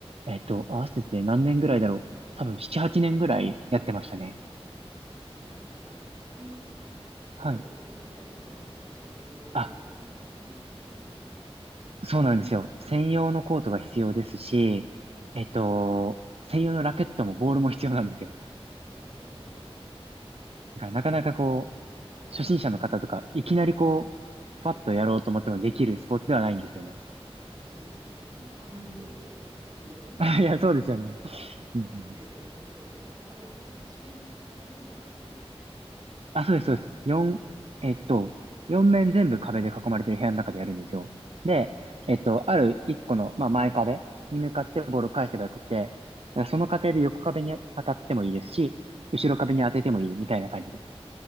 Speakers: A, on the right; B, on the right.
A: えっと、
B: えー、
A: 合わせて何年ぐらいだろう。多分7、8年ぐらいやってましたね。
B: いや、すごいですね。え、あれって、どこで体育館とか、
A: はい。
B: なんかスカッシュ専用のコートみたいなのないとできないですよね。
A: あ、そうなんですよ。専用のコートが必要ですし、えっと、専用のラケットもボールも必要なんですよ。
B: うわあ、なるほど。
A: だからなかなかこ
B: これはい。
A: 初心者の方とか、いきなりこう、パッとやろうと思ってもできるスポーツではないんですよね。
B: いや、そうですよね。僕も考えたこともなかったです。でもなんか見たことはあって、
A: <laughs> いや、そうですよね。うんうんうん
B: なんかすげえ面白そうだなと。なんかあれですよね。一面壁全部使っていいんですよね。
A: あ、そうです、そうです。四えっと、四面全部壁で囲まれてる部屋の中でやるんですよ。で、
B: はいはいはい。
A: えっと、ある一個の、まあ、前壁に向かってボールを返せばよくって、
B: はい。
A: だからその過程で横壁に当たってもいいですし、後ろ壁に当ててもいいみたいな感じです。
B: はい